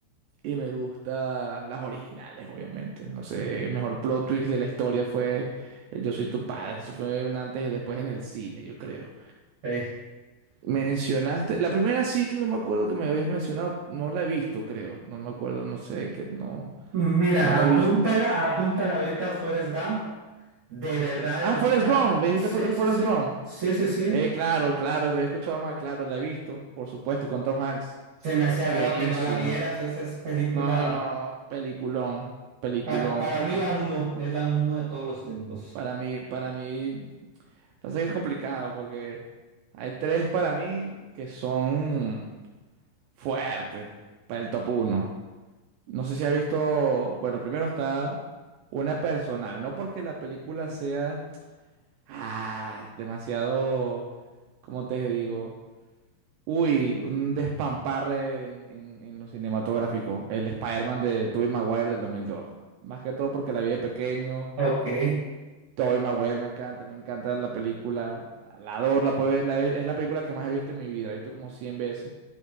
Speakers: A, on the right; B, on the right.
A: y me gusta las originales obviamente. No sé, el mejor plot twist de la historia fue eh, Yo soy tu padre, eso fue un antes y después en el cine, yo creo.
B: Sí.
A: Mencionaste, la primera sí, no me acuerdo que me habías mencionado, no la he visto creo, no me acuerdo, no sé, que no,
B: Mira,
A: no la he visto.
B: apúntala, apúntala ahorita Forrest Gump. De verdad,
A: Ah,
B: el-
A: Forrest
B: pa-
A: Gump, me dijiste
B: Sí,
A: Forrest
B: sí,
A: Forrest
B: sí,
A: Gump.
B: sí, sí, sí.
A: Eh, claro, claro, te he escuchado más, claro, la he visto, por supuesto, con Tom Hanks.
B: se me hacía
A: Buenísima.
B: raro que no la vieras. Esa es película,
A: No, no, no, no, peliculón, peliculón.
B: pa- para
A: porque
B: mí la uno, es la uno de todos los tiempos.
A: Para mí, para mí, pasa que es complicado porque hay tres para mí que son fuertes para el top uno. No sé si has visto, bueno, primero está una personal, no porque la película sea ah, demasiado, ¿cómo te digo? Uy, un despamparre en, en- en lo cinematográfico. El Spider-Man de Tobey Maguire del 2002. Más que todo porque la vi de pequeño.
B: Ok.
A: Tobey Maguire me encanta, me encanta la película. La adoro, la puedo ver. la- es la película que más he visto en mi vida. La he visto como 100 veces,